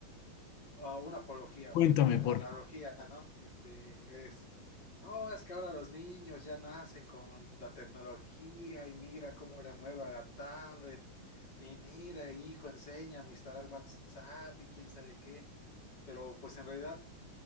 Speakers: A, on the left (about 55°); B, on the left (about 75°).
A: ah, una apología
B: Cuéntame,
A: o
B: por
A: analogía,
B: favor.
A: ¿no? Este es, no, es que ahora los niños ya nacen con la tecnología y mira cómo le mueve a la tablet y mira, hijo, enséñame a instalar WhatsApp y quién sabe qué, pero pues en realidad